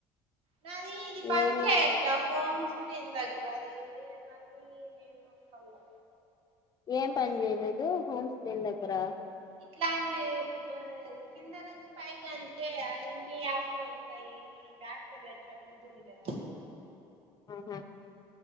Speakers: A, on the right (about 65°); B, on the left (about 40°).
A: నాది ఇది పని
B: ఏమి
A: చేయట్లా హోమ్స్ దీని దగ్గర అదే మళ్ళీ ఏం నొక్కలో
B: ఏం పని చేయలేదు హోమ్ స్క్రీన్ దగ్గర
A: ఇట్లా అంటే కిందనుంచి పైకంటే అన్ని అప్ప్ల ఓస్తాయి మనం బ్యాక్చ్చ అట్లా ఉంటుంది కదా
B: ఆహా